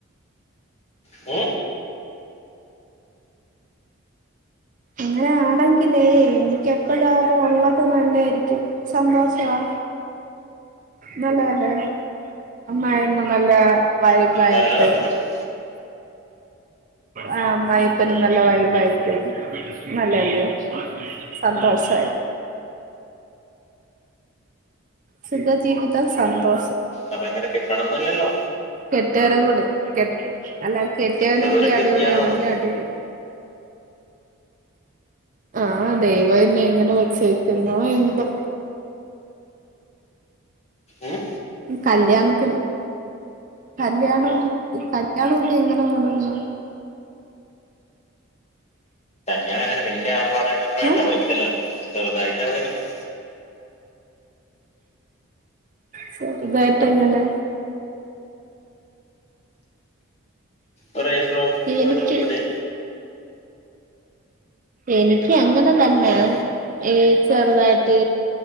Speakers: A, on the left (about 30°); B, on the right (about 35°).
A: മ്
B: അങ്ങനാണെങ്കിലേ എനിക്ക് എപ്പഴും അവര് ഉള്ളത് നല്ലായിരിക്കും സന്തോഷവാ നല്ലതല്ലേ അമ്മായി അമ്മ നല്ല വൈബായിട്ട്
A: നല്ലതൊക്കെ തന്നെ
B: ആഹ് അമ്മായി അപ്പനും നല്ല വൈബായിട്ട് നല്ലയല്ലേ സന്തോഷായി സുഖജീവിതം സന്തോ
A: അപ്പ എങ്ങനെ കെട്ടണം ന്ന് ഇല്ലല്ലോ
B: കെട്ടുകാരം കൊട് കെ അല്ല കെട്ടിയവനും
A: ചെറുതൊരു
B: കൂടി
A: അഡ്ജസ്റ്റ്
B: അടിപൊളി
A: ചെയ്യാനേ
B: ആണെങ്കിൽ
A: ഉള്ളൂ
B: അടിപൊളി ആഹ് ദൈവം ഇനി എങ്ങനെ വച്ചേക്കുന്നൊ എന്തോ
A: ഉം
B: കല്യാണത്തിന് കല്യാണം കല്യാണമൊക്കെ എങ്ങനെ വേണം ന്നാ
A: ഞാൻ അങ്ങന വല്യ ആർ ഭാടായിട്ടൊന്നും വേണ്ട
B: ഏ
A: പൈസല്ലല്ലോ ചെറുതായിട്ട് എവിടെയെങ്കിലും
B: ചെറുതായിട്ട് എങ്ങനെ
A: ഒ രജിസ്റ്റർ ഓഫീസിൽ പോയിട്ട്
B: എനിക്ക്
A: ഒപ്പിടെ
B: എനിക്ക് അങ്ങനെ ത്തന്നെ
A: ഉം
B: ഏ ചെറുതായിട്ട്